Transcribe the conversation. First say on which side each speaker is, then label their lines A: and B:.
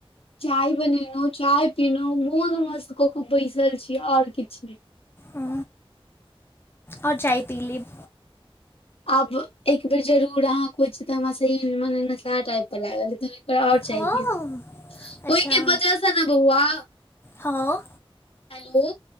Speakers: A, on the left; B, on the left.
A: चाय बनेलहुँ चाय पीलहुँ मोन मस्त कऽ कऽ बैसल छी ओर किछु नै
B: ओ ओर चाय पीलेब
A: आब एक बेर जरूर अहाँ कहै छियै तऽ हमरा सही मे नसा टाइप पर लागल आओर चाहिये
B: हँ
A: पीबू
B: अच्छा
A: ओहिके बजह ने बौआ
B: हँ
A: हेलो